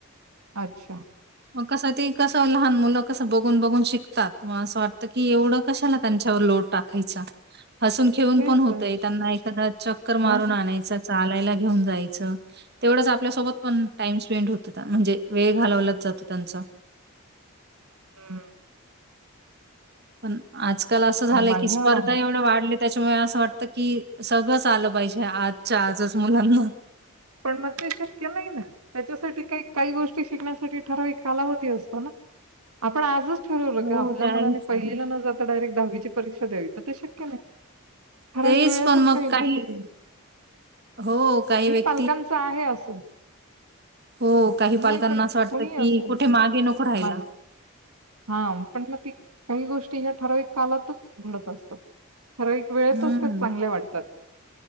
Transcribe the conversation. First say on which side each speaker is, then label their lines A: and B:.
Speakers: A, on the right (about 80°); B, on the right (about 45°).
A: अच्छा.
B: मग कसं ती कसं लहान मुलं कस बघून बघून शिकतात. असं वाटतं की, एवढं कशाला त्यांच्यावर लोड टाकायचा. हसून खेळून
A: तेच
B: पण होतंय.
A: तर.
B: त्यांना एखादा चक्कर
A: हां,
B: मारून
A: हां.
B: आणायचा. चालायला घेऊन जाय चं. तेवढच आपल्यासोबत पण टाईम स्पेंड हो त होता, म्हणजे वेळ घालवलाच जातो त्यांचा.
A: हम्म.
B: पण आजकाल असं झालंय,
A: माझ्या
B: की स्पर्धा एवढ्या वाढलेत त्याच्यामुळे असं वाटतं, की सगळंच आलं पाहिजे आजच्या आजच मुलांना.
A: पण मग ते शक्य नाही ना. त्याच्यासाठी काही काही गोष्टी शिकण्यासाठी ठराविक कालावधी असतो ना. आपण आजच ठरवलं
B: हो,
A: का आपल्या
B: ते आहेच
A: मुलाने पहिलीला
B: ना.
A: न जाता, डायरेक्ट दहावीची परीक्षा द्यावी, तर ते शक्य नाही. ठराविक
B: तेचपण
A: वेळेतच
B: मग काही
A: गोष्टी
B: हो काही व्यक्
A: पालकांचं आहे असं.
B: हो,
A: हं.
B: काही पालकांना
A: नाही पण
B: असं वाटतं,
A: कुणीही
B: की
A: असो,
B: कुठे
A: <unintelligible>
B: मागे नको राहायला.
A: माज. हा म्हटलं काही गोष्टी हे ठर ते कालातच घडत असतो. खरं एक वेळेतच
B: हं.
A: ते चांगले वाटतात.